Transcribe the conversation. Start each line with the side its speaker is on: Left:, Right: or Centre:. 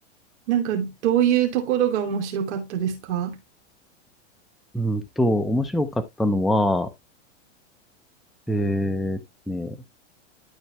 Right: なんかどういうところが面白かったですか
Centre: うんと、面白かったのは、えーっとね、